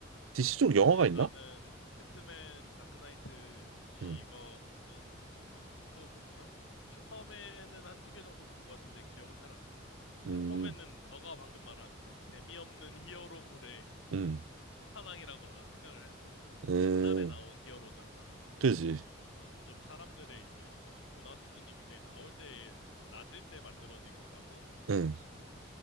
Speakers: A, on the right; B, on the left.
A: DC 쪽
B: DC
A: 영화가 있나?
B: 나는 배트맨 다크나이트 이거는
A: 응,
B: 봤지. 또 뭐 있더라? 슈퍼맨은 한두 개 정도 본 것 같은데 기억은 잘 안 나고.
A: 음,
B: 슈퍼맨은 너가 방금 말한 그 재미없는 히어로물에
A: 음,
B: 끝판왕이라고 나도 생각을 해서
A: 음,
B: 옛날에 나온 히어로잖아.
A: 그지,
B: 그래서 좀 사람들의 이제 어떤 문화 수준이 굉장히 나올 때, 낮을 때 만들어진 거라서
A: 응,